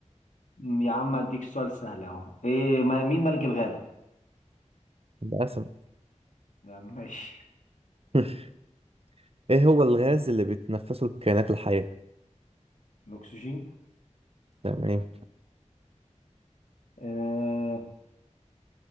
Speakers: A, on the left (about 80°); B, on the right (about 50°).
A: مم، يا عم اديك سؤال سهل اهو ايه ما- مين ملك الغابة
B: للأسف
A: لا، ماشي
B: <laughs> إيه هو الغاز اللي بتتنفسه الكائنات الحية؟
A: الاكسجين
B: تمام
A: آه